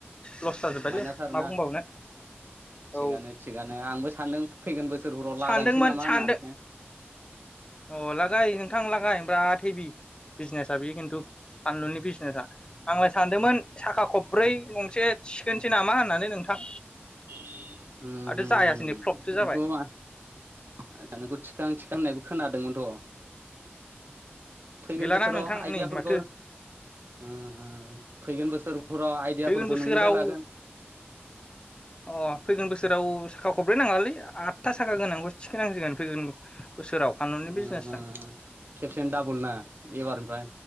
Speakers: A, on the left; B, on the right.
A: लस जाजोब्बायलै
B: माइनास आरोना
A: मा बुंबावनो
B: थिगानो-थिगानो
A: औ
B: आंबो सानदों फैगोन बोसोरफोराव
A: सानदोंमोन
B: लागायनोसै नामा
A: सानदों
B: होननानै।
A: अ लागाय नोंथां लागाय बिराद हेबि बिजनेसा बियो खिन्थु। फानलुनि बिजनेसा आंलाय सानदोंमोन साखा खबब्रै गंसे थिखोनसै नामा होननानै नोंथां।
B: उम
A: आरो
B: हुम-हुम
A: जायासै नै फ्लपसो
B: नोंखौ
A: जाबाय
B: मा आतसा नोंखौ थिखां थि गोन होननायबो खोनादोंमोनथ'। फैगोन
A: गैलाना
B: बोसोराव
A: नोंथां
B: आइदियाफोरखौ
A: नै माथो
B: उम हुम। फैगोन बोसोर फुरा आइदियाफोरखौ
A: फैगोन बोसोराव
B: नोंनिफ्राय लागोन।
A: अ फैगोन बोसोराव साखा खबब्रै नाङालै आद था साखा गोनांखौसो थिखोनांसिगोन। फैगोन बोसोराव फानलुनि
B: उम-उम
A: बिजनेसजों
B: खेबसेनो दाबल ना एबारनिफ्राय